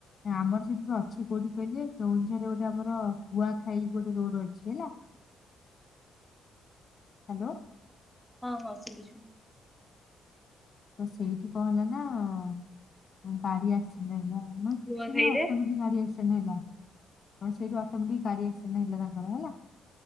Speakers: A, on the left (about 45°); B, in the centre.
A: ନା ଆମର ସେଠୁ ଅଛି କୋଉଠି କହିଲେ? କେଉଁଝରେ ଗୋଟେ ଆମର କୁଆଖାଇ ଗୋଟେ ରୋଡ ଅଛି ହେଲା। ହ୍ୟାଲୋ
B: ହଁ ହଁ ଶୁଭୁଛି।
A: ତ ସେଇଠି କଂ ହେଲା ନା ଗାଡି ଆସି ନା କିଛି
B: ନୂଆଖାଇରେ
A: ନୁହେଁ ଅଟୋମେଟିକ -- ଗାଡି ଆକ୍ସିଡେଣ୍ଟ ହେଲା ସେଇଠି ଅଟୋମେଟିକ ଗାଡି ଆକ୍ସିଡେଣ୍ଟ ହେଲା ତାଙ୍କର ହେଲା।